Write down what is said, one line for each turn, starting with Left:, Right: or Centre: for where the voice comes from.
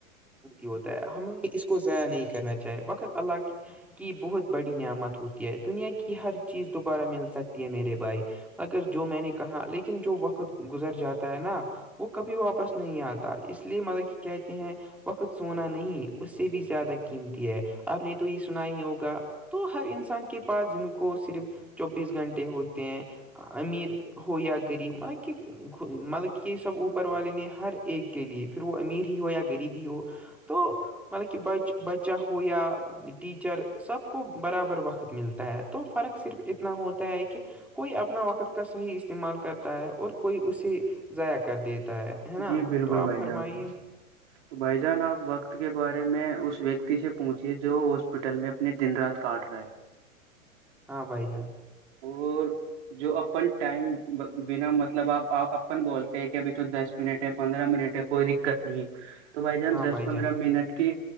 Centre: ہوتا ہے ہمیں اس کو ضائع نہیں کرنا چاہیے وقت اللہ کی بہت بڑی نعمت ہوتی ہے دنیا کی ہر چیز دوبارہ مل سکتی میرے بھائی مگر جو میں نے کہا لیکن جو وقت گزر جاتا ہے نا وہ کبھی واپس نہیں آتا اس لیے مطلب کہ کہتے ہیں وقت سونا نہیں اس سے بھی زیادہ قیمتی ہے آپ نے تو یہ سنا ہی ہوگا تو ہر انسان کے پاس جن کو صرف چوبیس گھنٹے ہوتے ہیں امیر ہو یا غریب مطلب کہ مطلب کہ یہ سب اوپر والے نے ہر ایک کے لیے پھر وہ امیر ہی ہو یا غریب ہی ہو تو مطلب کہ بچ بچہ ہو یا ٹیچر سب کو برابر وقت ملتا ہے تو فرق صرف اتنا ہوتا ہے کہ کوئی اپنا وقت کا صحیح استعمال کرتا ہے اور کوئی اسے ضائع کر دیتا ہے ہے نا
Right: جی بالکل
Centre: تو آپ
Right: بھائی
Centre: فرمائیے
Right: جان تو بھائی جان آپ وقت کے بارے میں اس ویکتی سے پوچھیے جو ہاسپٹل میں دن رات کاٹ رہا ہے
Centre: ہاں بائی جان
Right: وہ جو اپن ٹائم بنا مطلب آپ اپن بولتے ہیں کہ ابھی تو دس منٹ ہے پندرہ منٹ ہے کوئی دقت نہیں ہے تو بھائی جان
Centre: ہاں
Right: دس پندرہ
Centre: جان
Right: منٹ کی